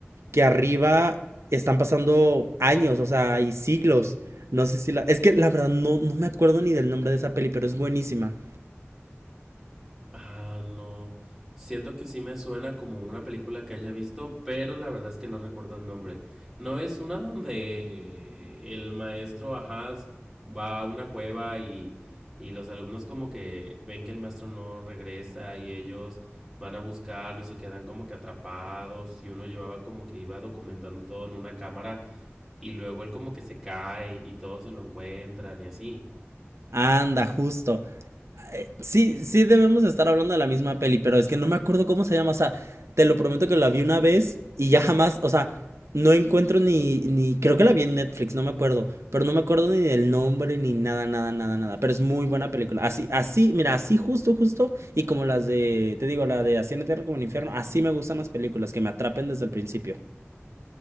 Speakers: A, on the right (about 80°); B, in the centre.
A: que arriba están pasando años, o sea, y siglos. No sé si la... Es que la verdad no, no me acuerdo ni del nombre de esa peli, pero es buenísima.
B: Ah, no. Siento que sí me suena como una película que haya visto, pero la verdad es que no recuerdo el nombre. ¿No es una donde el maestro, ajá, va a una cueva y, y los alumnos como que ven que el maestro no regresa y ellos van a buscarlo y se quedan como que atrapados y uno llevaba como que iba documentando todo en una cámara y luego él como que se cae y todos se lo encuentran y así?
A: Anda, justo. Sí, sí debemos estar hablando de la misma peli, pero es que no me acuerdo cómo se llama. O sea, te lo prometo que la vi una vez y ya jamás, o sea, no encuentro ni, ni, creo que la vi en Netflix, no me acuerdo, pero no me acuerdo ni del nombre ni nada, nada, nada, nada. Pero es muy buena película. Así, así, mira, así justo, justo, y como las de, te digo, la de Así en la Tierra como en el Infierno, así me gustan las películas, que me atrapen desde el principio.